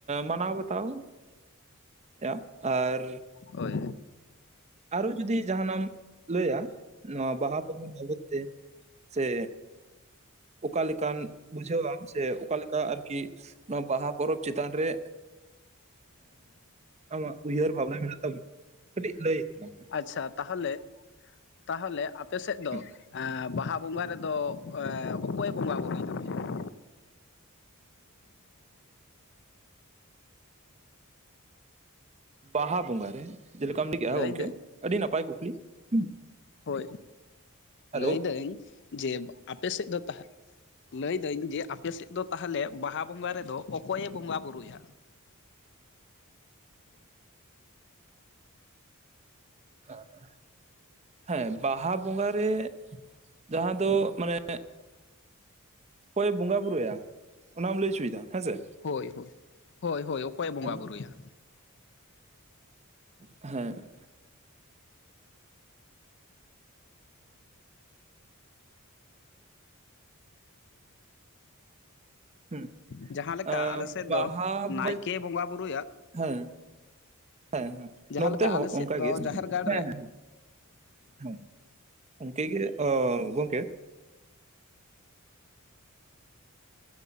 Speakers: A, on the right; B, on the left.
A: ᱢᱟᱱᱟᱣ ᱵᱟᱛᱟᱣᱼᱭᱟ ᱟᱨ
B: ᱦᱚᱭ
A: ᱟᱨᱦᱚᱸ ᱡᱩᱫᱤ ᱡᱟᱦᱟᱱᱟᱜ ᱮᱢ ᱞᱟᱹᱭᱟ ᱱᱚᱣᱟ ᱵᱟᱦᱟ ᱯᱚᱨᱚᱵᱽ ᱵᱟᱵᱚᱛ ᱛᱮ ᱥᱮ ᱚᱠᱟ ᱞᱮᱠᱟᱢᱱ ᱵᱩᱡᱷᱟᱹᱣᱟᱢ ᱥᱮ ᱚᱠᱟ ᱞᱮᱠᱟ ᱟᱨᱠᱤ ᱠᱤ ᱱᱚᱣᱟ ᱵᱟᱦᱟ ᱯᱚᱨᱚᱵᱽ ᱪᱮᱛᱟᱱ ᱨᱮ ᱟᱢᱟᱜ ᱩᱭᱦᱟᱹᱨ ᱵᱷᱟᱵᱱᱟ ᱢᱮᱱᱟᱜ ᱛᱟᱢ ᱠᱟᱹᱴᱤᱡ ᱞᱟᱹᱭ ᱛᱟᱞᱟᱝ ᱢᱮ ᱾
B: ᱟᱪᱪᱷᱟ ᱛᱟᱦᱚᱞᱮ ᱛᱟᱦᱚᱞᱮ ᱟᱯᱮ ᱥᱮᱫ ᱫᱚ
A: ᱦᱩᱸ
B: ᱵᱟᱦᱟ ᱵᱚᱸᱜᱟ ᱨᱮᱫᱚ ᱚᱠᱚᱭ ᱵᱚᱸᱜᱟ ᱵᱩᱨᱩᱭ? ᱛᱟᱯᱮᱭᱟ
A: ᱵᱟᱦᱟ ᱵᱚᱸᱜᱟ ᱨᱮ, ᱪᱮᱜ ᱞᱮᱠᱟᱢ ᱞᱟᱹᱭ ᱠᱮᱫᱮᱜᱼᱟ
B: ᱞᱟᱹᱭᱫᱟᱹᱧ
A: ᱜᱚᱝᱠᱮ? ᱟᱹᱰᱤ ᱱᱟᱯᱟᱭ ᱠᱩᱠᱞᱤ ᱾
B: ᱦᱚᱭ
A: ᱦᱮᱞᱳ
B: ᱞᱟᱹᱭ ᱫᱟᱹᱧ ᱡᱮ ᱟᱯᱮ ᱥᱮᱫ ᱫᱚ ᱛᱟᱦ ᱞᱟᱹᱭ ᱫᱟᱹᱧ ᱥᱮ ᱟᱯᱮᱥᱮᱫ ᱫᱚ ᱛᱟᱦᱚᱞᱮ ᱵᱟᱦᱟ ᱵᱚᱸᱜᱟ ᱨᱮᱫᱚ ᱚᱠᱚᱭ ᱮ ᱵᱚᱸᱜᱟ ᱵᱩᱨᱩᱭᱟ?
A: <unintelligible> ᱦᱮᱸ ᱵᱟᱦᱟ ᱵᱚᱸᱜᱟ ᱨᱮ ᱡᱟᱦᱟᱸ ᱫᱚ ᱢᱟᱱᱮ ᱚᱠᱚᱭ ᱮ ᱵᱚᱸᱜᱟ ᱵᱩᱨᱩᱭᱟ? ᱚᱱᱟᱢ ᱞᱟᱹᱭ ᱦᱚᱪᱚᱭᱮᱫᱟ ᱚᱱᱟᱢ ᱞᱟᱹᱭ ᱦᱚᱪᱚᱭᱮᱫᱟ ᱦᱮᱸᱥᱮ᱾
B: ᱦᱚᱭ ᱦᱚᱭ ᱦᱚᱭ ᱦᱚᱭ ᱚᱠᱚᱭᱮ ᱵᱚᱸᱜᱟ
A: ᱦᱮᱞᱳ,
B: ᱵᱩᱨᱩᱭᱟ?
A: ᱦᱮᱸ ᱦᱩᱸ
B: ᱡᱟᱦᱟᱸ ᱞᱮᱠᱟ
A: ᱟᱻ
B: ᱟᱞᱮ ᱥᱮᱫ
A: ᱵᱟᱦᱟ
B: ᱫᱚ
A: <unintelligible>
B: ᱱᱟᱭᱠᱮ ᱵᱚᱸᱜᱟ ᱵᱩᱨᱩᱭᱟ
A: ᱦᱮᱸ ᱦᱮᱸ ᱦᱮᱸ
B: ᱡᱟᱦᱟᱸ
A: ᱱᱚᱱᱛᱮ
B: ᱞᱮᱠᱟ
A: ᱦᱚᱸ
B: ᱟᱞᱮ ᱥᱮᱫ
A: ᱚᱱᱠᱟ
B: ᱫᱚ
A: ᱜᱮ
B: ᱡᱟᱦᱮᱨ
A: ᱾
B: ᱜᱟᱲ ᱨᱮ
A: ᱦᱮᱸ ᱦᱮᱸ ᱦᱮᱸ ᱚᱝᱠᱟ ᱜᱮ ᱜᱚᱝᱠᱮ